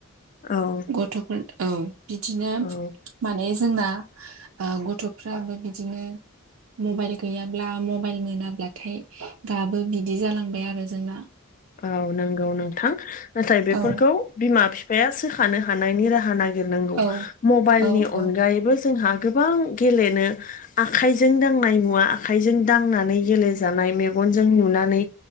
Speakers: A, on the left (about 40°); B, on the right (about 70°).
A: औ
B: गथ'फोर औ बिदिनो
A: औ
B: माने जोंना आ गथ'फ्राबो बिदिनो मबाइल गैयाब्ला मबाइल मोना ब्लाथाय गाबो बिदि जालांबाय आरो जोंना
A: औ नंगौ नोंथां नाथाय बेफोरखौ
B: औ
A: बिमा बिफायासो थानो हानायनि राहा नागिरनांगौ
B: औ
A: मबाइलनि
B: औ औ
A: अनगायैबो जोंहा गोबां गेलेनो आखाइजों दांनाय मुवा आखाइजों दांनानै गेलेजानाय मेग गनजों नुनानै